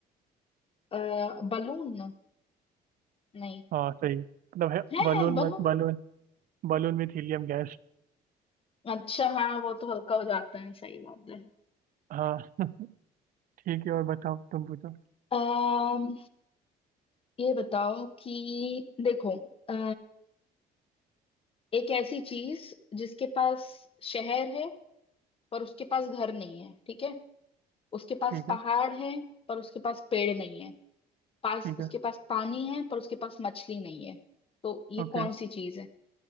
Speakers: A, on the left (about 35°); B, on the right (about 55°).
A: अ, बलून नहीं
B: हाँ सही मतलब है
A: है
B: बलून
A: बलून
B: मत balloon Balloon with helium gas
A: अच्छा हाँ वो तो हल्का हो जाता है सही बात है
B: हाँ ठीक है और बताओ तुम पूछो
A: अम्म ये बताओ कि देखो अ, एक ऐसी चीज जिसके पास शहर है पर उसके पास घर नहीं है ठीक है उसके पास
B: ठीक
A: पहाड़
B: है
A: है पर उसके पास पेड़ नहीं है पास
B: ठीक
A: उसके
B: है
A: पास पानी है पर उसके पास मछली नहीं है तो ये
B: ओके
A: कौन सी चीज है